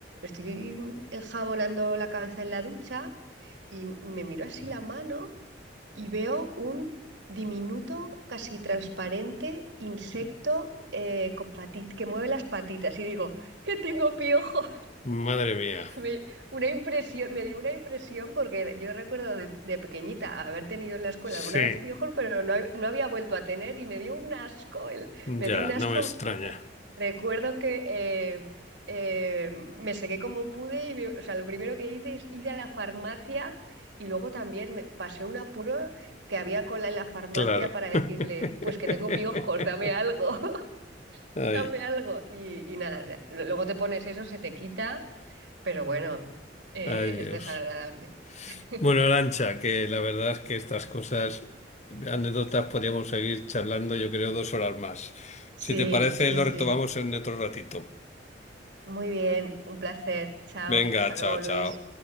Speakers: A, on the right (about 70°); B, on the left (about 40°).
A: estoy enjabonando la cabeza en la ducha y me miro así la mano y veo un diminuto, casi transparente insecto eh, con pati- que mueve las patitas y digo, que tengo piojo.
B: Madre mía.
A: Me, una impresión, me dio una impresión porque yo recuerdo de, de pequeñita haber tenido en la escuela
B: Sí,
A: alguna vez piojos, pero no, hab- no había vuelto a tener y me dio un asco, el-
B: ya,
A: me dio un asco.
B: no me extraña.
A: Re- recuerdo que eh, eh, me sequé como pude y me- o sea, lo primero que hice es ir a la farmacia y luego también me pasé un apuro que había cola en la farmacia
B: Claro.
A: para decirle,
B: <laughs>
A: pues que tengo piojos, dame algo, <laughs>
B: Ay,
A: dame algo. Y, y nada, ya. Luego te pones eso, se te quita pero bueno, eh,
B: ay, Dios.
A: es desagradable. <laughs>
B: Bueno, Arancha, que la verdad es que estas cosas, anécdotas, podríamos seguir charlando, yo creo, dos horas más.
A: Sí,
B: Si te parece,
A: sí,
B: lo
A: sí.
B: retomamos en otro ratito.
A: Muy bien, un placer. Chao,
B: Venga,
A: hasta luego,
B: chao,
A: Luis.
B: chao.